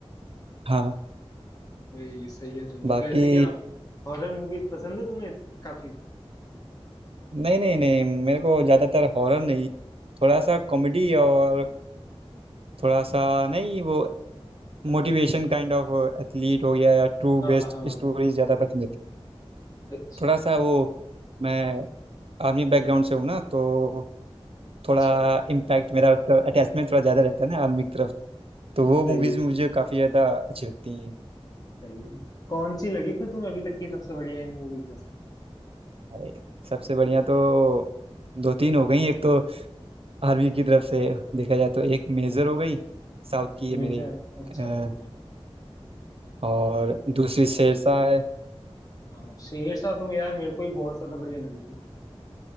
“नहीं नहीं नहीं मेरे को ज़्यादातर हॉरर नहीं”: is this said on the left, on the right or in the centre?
Right